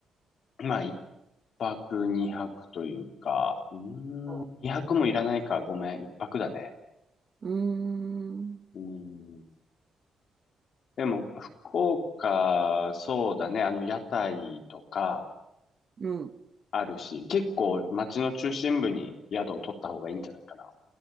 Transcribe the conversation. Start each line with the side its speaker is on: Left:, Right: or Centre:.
Left: まあ、一泊二泊というか、うー
Right: そ
Left: ん、二泊もいらないか、ごめん、一泊だね。
Right: ううーん。
Left: うーん。でも、福岡、そうだね、あの、屋台とか
Right: うん。
Left: あるし、結構街の中心部に宿を取った方がいいんじゃないかな。